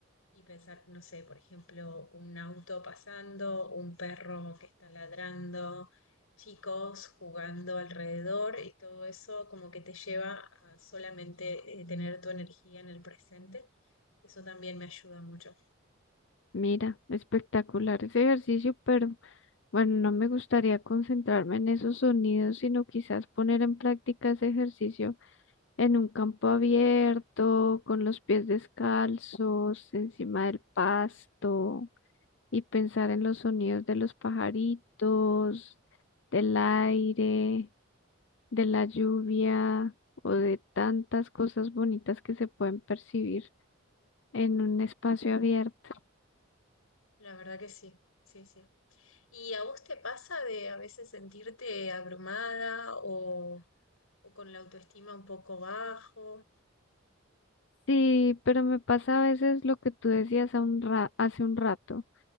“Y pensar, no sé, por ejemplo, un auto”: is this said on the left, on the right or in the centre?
Left